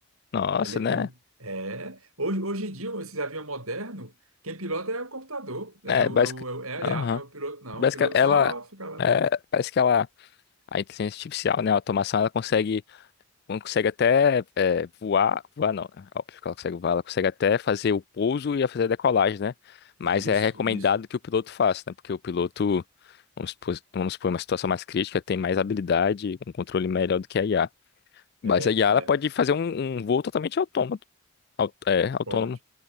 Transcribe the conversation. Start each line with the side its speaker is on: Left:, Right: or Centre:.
Left: Nossa,
Right: Ele,
Left: né?
Right: ele- é, hoje, hoje em dia, esses aviões modernos, quem pilota é o computador, né?
Left: É,
Right: é, o,
Left: basic...
Right: é, o, é a
Left: Aham.
Right: IA, né? O piloto não,
Left: Basica-
Right: o piloto
Left: Ela
Right: só fica lá.
Left: é, parece que ela a inteligência artificial, né, a automação, ela consegue, consegue até é, voar, voar não, né, óbvio que ela consegue voar, ela consegue até fazer o pouso e a fazer a decolagem, né?
Right: Isso,
Left: Mas é recomendado
Right: isso.
Left: que o piloto faça, né? Porque o piloto, vamos supor, vamos supor uma situação mais crítica, tem mais habilidade, um controle melhor do que a IA.
Right: É,
Left: Mas a IA
Right: é.
Left: ela pode fazer um, um voo totalmente autômato, au- é, autônomo,
Right: Bom,